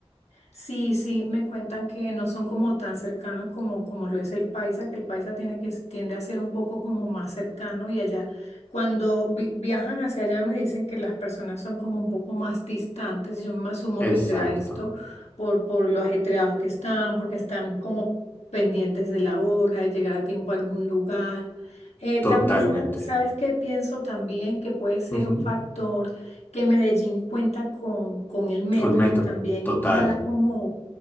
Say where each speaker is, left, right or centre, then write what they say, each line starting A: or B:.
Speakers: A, on the left (about 85°); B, on the left (about 20°).
A: Sí, sí, me cuentan que no son como tan cercanos como, como lo es el paisa, que el paisa tiene que, tiende a ser un poco como más cercano y allá, cuando vi- viajan hacia allá me dicen que las personas son como un poco más distantes, yo me asumo
B: Exacto,
A: que será esto por, por lo ajetreados que están, porque están como pendientes de la hora, de llegar a tiempo a algún lugar. Eh, también
B: totalmente.
A: sa- sabes que pienso también que puede ser
B: Ujú.
A: un factor que Medellín cuenta con, con el metro,
B: Con metro,
A: que también
B: total,
A: le da como,